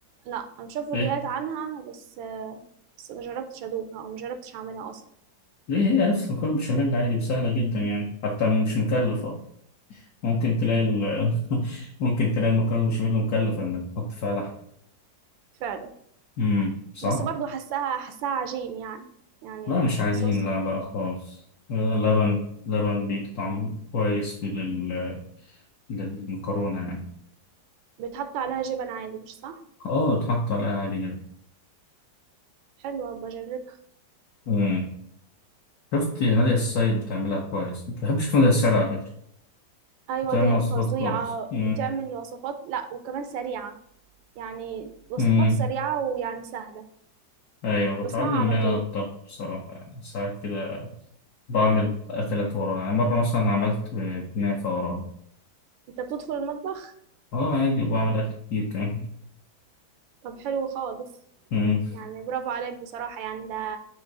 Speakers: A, on the right (about 80°); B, on the left (about 60°).
A: لا انا بشوف فيديوهات
B: إيه؟
A: عنها بس آه، بس ما جربتش ادوقها او ما جربتش اعملها اصلا
B: ليه هي أصلا مكرونة بشاميل عادي وسهلة جدا يعني حتى مش مكلفة ممكن تلاقي ال... <laughs> ممكن تلاقي المكرونة بشاميل مكلفة إنك تحط فيها لحم
A: فعلا
B: امم صح؟
A: بس برضو حساها حساها عجين يعني يعني
B: لا مش عجين
A: صوص
B: لا لا خالص لبن لبن بيدي طعم كويس لل... للمكرونة يعني
A: بيتحط عليها جبن عادي مش صح
B: اه اتحط عليها عادي جدا
A: حلوة بجربها
B: مم. شفت نادية السيد بتعملها كويس بحب اشوف نادية السيد على فكرة
A: أيوة
B: بتعمل
A: دي
B: وصفات
A: فظيعة
B: كويس مم.
A: بتعمل وصفات لأ وكمان سريعة يعني وصفات
B: مم.
A: سريعة ويعني سهلة
B: ايوه
A: بسمعها
B: بتعلم
A: على
B: منها
A: طول
B: الطبخ بصراحة يعني ساعات كده بعمل اكلات وراها يعني مرة مثلا عملت كنافة وراها
A: أنت بتدخل المطبخ
B: اه عادي وبعمل اكل كتير كمان
A: طب حلو خالص
B: مم.
A: يعني برافو عليك بصراحة يعني ده